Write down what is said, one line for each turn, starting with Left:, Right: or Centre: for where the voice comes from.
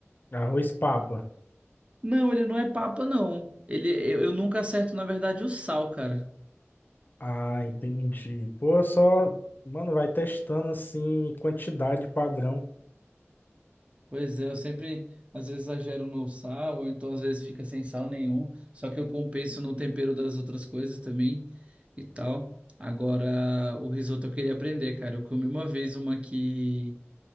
Left: arroz papa.
Right: Não, ele não é papa, não. Ele, eu, eu nunca acerto, na verdade, o sal, cara.
Left: Ah, entendi. Pô, só. Mano, vai testando, assim, quantidade padrão.
Right: Pois é, eu sempre, às vezes, exagero no sal, ou então às vezes fica sem sal nenhum, só que eu compenso no tempero das outras coisas também e tal. Agora, o risoto eu queria aprender, cara. Eu comi uma vez uma que,